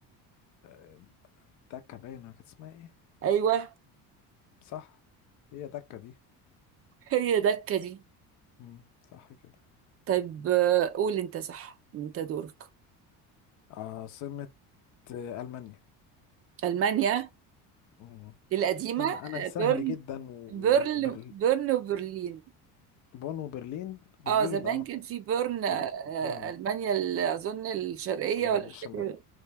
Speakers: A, on the left; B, on the right.
A: آه، دكة باينة كانت اسمها ايه
B: ايوه
A: صح هي دكة دي
B: هي دكه دي
A: مم، صح كده
B: طيب آه قول انت صح انت دورك
A: عاصمة آه، ألمانيا
B: المانيا
A: مم.
B: القديمه
A: انا انا
B: آه،
A: سهل
B: بيرن
A: جدا وبرلين
B: بيرن بيرن وبرلين
A: بون وبرلين برلين
B: اه زمان
A: اه
B: كان في بيرن آه
A: برل- بون
B: المانيا ال- اظن الشرقيه
A: بالشمال
B: ولا مش فاكره